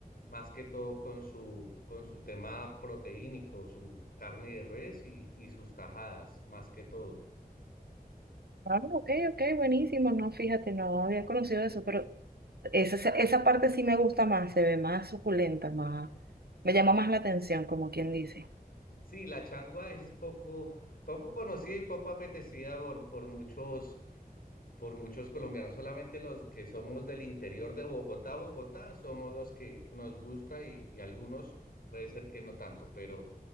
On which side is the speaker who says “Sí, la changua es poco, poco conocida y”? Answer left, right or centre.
Left